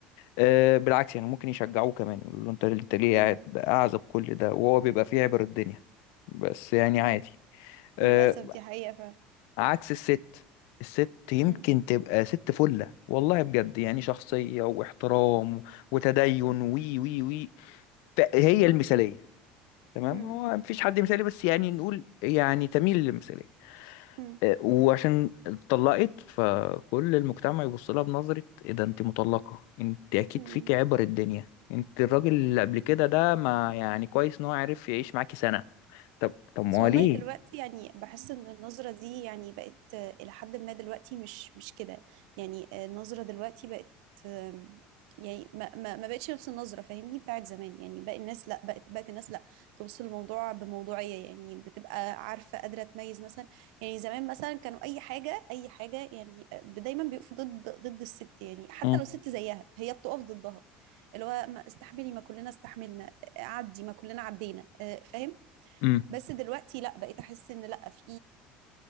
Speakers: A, on the left (about 75°); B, on the right (about 80°).
A: آه، بالعكس يعني ممكن يشجعوه كمان يقولوا له انت انت ليه
B: مم.
A: قاعد اعزب كل ده وهو بيبقى فيه عبر الدنيا بس يعني عادي آه،
B: للأسف دي حقيقة فعلا
A: عكس الست الست يمكن
B: مم.
A: تبقى ست فلة والله بجد يعني شخصية واحترام وتدين وي وي وي فهي المثالية تمام
B: مم.
A: هو مفيش حد مثالي بس يعني نقول يعني تميل للمثالية
B: مم.
A: آه، وعشان اتطلقت فكل المجتمع يبص لها بنظرة ايه ده انت مطلقة انت اكيد
B: مم.
A: فيك عبر الدنيا انت الراجل اللي قبل كده ده ما يعني كويس ان هو عرف يعيش معاكي سنة طب طب
B: بس
A: ما
B: والله
A: هو ليه
B: دلوقتي يعني بحس ان النظرة دي يعني بقت آه، الى حد ما دلوقتي مش مش كده يعني آه، النظرة دلوقتي بقت آم، يعني ما ما ما بقتش نفس النظرة فاهمني بتاعت زمان يعني باقي الناس لا بقت بقت الناس لا تبص للموضوع بموضوعية يعني بتبقى عارفة قادرة تميز مثلا يعني زمان مثلا كانوا اي حاجة اي حاجة يعني آه، دايما بيقفوا ضد ضد الست يعني حتى
A: امم
B: لو ست زيها هي بتقف ضدها اللي هو ما استحملي ما كلنا استحملنا آه، عدي ما كلنا عدينا آه، فاهم
A: امم
B: بس دلوقتي لا بقيت احس ان لا في